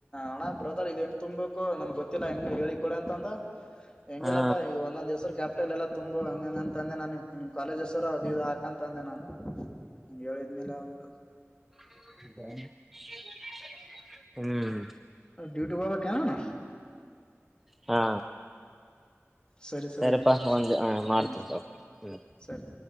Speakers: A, on the left; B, in the centre.
A: ಅಣ್ಣ ಬ್ರದರ್ ಇದ್ ಹೆಂಗ್ ತುಂಬ್ಬೇಕು ನನ್ಗ್ ಗೊತ್ತಿಲ್ಲ ಹೆಂಗ್ ಹೇಳಿ ಕೊಡ ಅಂತ ಅಂದ ಹೆಂಗೆಲ್ಲಪ್ಪ
B: ಹಾ
A: ಇದು ಒಂದೊಂದ ಹೆಸರು ಗ್ಯಾಪ್ ಬಿಟ್ಟು ಅಲೆಲ್ಲ ತುಂಬು ಹಂಗಂಗೆ ಅಂತಂದೆ ನಾ ನಾನು ನಿಮ್ ಕಾಲೇಜ್ಸರು ಅದು ಇದು ಹಾಕಂತ ಅಂದೆ ನಾನು ಹಂಗ್ ಹೇಳಿದ್ಮೇಲೆ ಅವನು
B: <inaudible> ಹ್ಮ್
A: ಡ್ಯೂಟಿಗೆ ಹೋಗಬೇಕು ಏನಣ್ಣ
B: ಹಾ
A: ಸರಿ ಸರಿಯಣ
B: ಸರಿಪಾ ಒಂದ್ ಮಾಡ್ತೀನಿ
A: ಹಾ
B: ತಗೋ ಹ್ಮ್
A: ಸರಿ